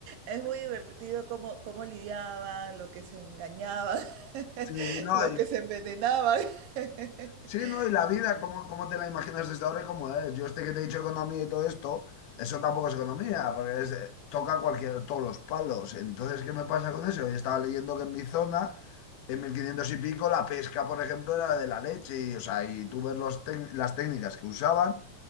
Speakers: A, on the right; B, on the left.
A: es muy divertido cómo, cómo lidiaban, lo que se engañaban, <laughs>
B: Sí, no,
A: lo que se envenenaban. <laughs>
B: Sí, no, y la vida, ¿cómo, cómo te la imaginas desde ahora y cómo es? Yo este que te he dicho economía y todo esto, eso tampoco es economía, porque es, eh, toca cualquier, todos los palos. Entonces, ¿qué me pasa con eso? Yo estaba leyendo que en mi zona, en 1500 y pico, la pesca, por ejemplo, era de la leche, y, o sea, y tú ves los tec- las técnicas que usaban,